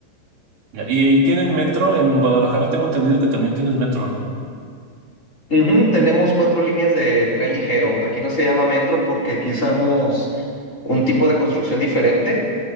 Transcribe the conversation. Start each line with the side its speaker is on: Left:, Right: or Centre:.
Right: Ya, Y ahí tienen metro. En Guadalajara tengo entendido que también tienes metro, ¿no?
Left: Ujú, tenemos cuatro líneas de tren ligero. Aquí no se llama metro porque aquí usamos un tipo de construcción diferente